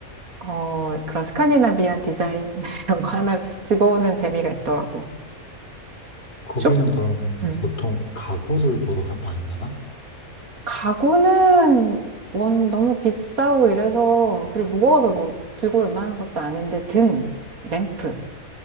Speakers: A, on the right (about 80°); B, on the left (about 45°).
A: 어 그런 스칸디나비안 디자인 <laughs> 이런 거 하나 집어오는 재미가 있더라고.
B: 거기는
A: 쇼?
B: 그럼
A: 음.
B: 보통 가구를 보러 가, 많이 가나?
A: 가구는 원 너무 비싸고 이래서 그리고 무거워서 뭐 들고 올 만한 것도 아닌데 등, 램프